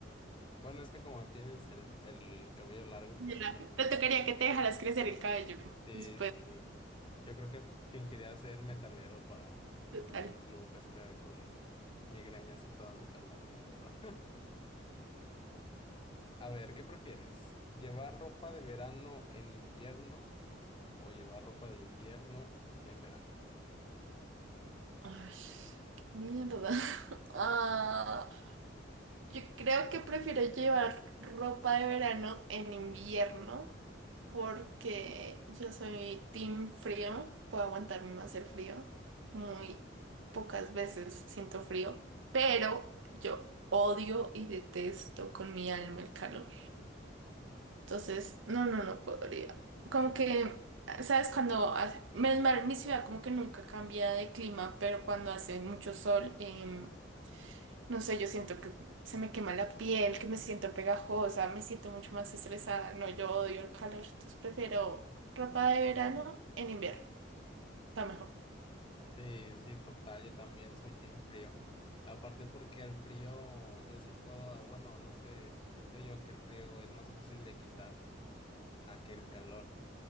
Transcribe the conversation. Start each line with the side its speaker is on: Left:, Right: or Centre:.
Left: Bueno, es que como tienes el, el cabello largo,
Right: De
Left: pues sí,
Right: labio.
Left: también
Right: Te tocaría
Left: es una ventaja.
Right: que te dejaras crecer el cabello.
Left: Sí,
Right: Eso
Left: sí. Yo creo que fingiría ser metalero para
Right: total.
Left: cambiar mi look acá con migrañas y toda súper larga, pero... <laughs> A ver, ¿qué prefieres? ¿Llevar ropa de verano en invierno? o llevar ropa de invierno en verano.
Right: Ay, qué mierda. <laughs> Ah, yo creo que prefiero llevar ropa de verano en invierno porque yo soy team frío. Puedo aguantarme más el frío. Muy pocas veces siento frío, pero yo odio y detesto con mi alma el calor. Entonces, no, no, no podría. Como que, ¿sabes? Cuando hace- menos mal, mi ciudad como que nunca cambia de clima, pero cuando hace mucho sol, em, no sé, yo siento que se me quema la piel, que me siento pegajosa, me siento mucho más estresada. No, yo odio el calor, entonces prefiero ropa de verano en invierno. Está mejor.
Left: Sí, sí, total, yo también soy team frío. Aparte porque el frío, yo sí puedo, bueno, no sé, siento yo que el frío es más fácil de quitar a que el calor.